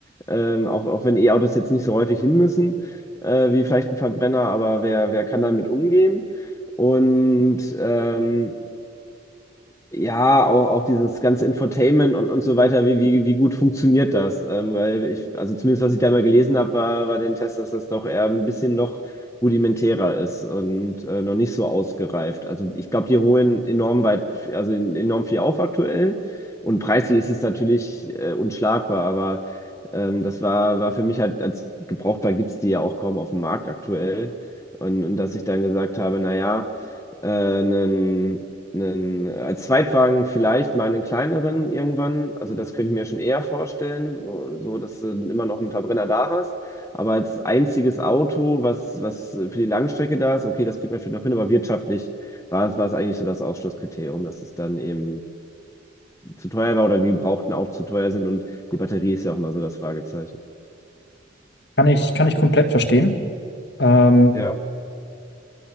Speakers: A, on the left; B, on the left.
A: ähm, auch, auch wenn E-Autos jetzt nicht so häufig hin müssen, äh, wie vielleicht ein Verbrenner, aber wer, wer kann damit umgehen? Und ähm, ja, auch, auch dieses ganze Infotainment und, und so weiter, wie, wie, wie gut funktioniert das? Ähm, weil ich, also zumindest was ich da mal gelesen habe, war, war den Test, dass das doch eher ein bisschen noch rudimentärer ist und äh, noch nicht so ausgereift. Also ich glaube, die holen enorm weit, also enorm viel auf aktuell und preislich ist es natürlich äh, unschlagbar, aber ähm, das war, war für mich halt als gebrauchtbar gibt es die ja auch kaum auf dem Markt aktuell. Und, und dass ich dann gesagt habe, naja, äh, einen, einen, äh, als Zweitwagen vielleicht mal einen kleineren irgendwann. Also das könnte ich mir schon eher vorstellen, so, so dass du immer noch einen Verbrenner da hast. Aber als einziges Auto, was, was für die Langstrecke da ist, okay, das kriegt man vielleicht noch hin, aber wirtschaftlich war es, war es eigentlich so das Ausschlusskriterium, dass es dann eben zu teuer war oder die Gebrauchten auch zu teuer sind und die Batterie ist ja auch immer so das Fragezeichen.
B: Kann ich, kann ich komplett verstehen. Ähm,
A: Ja,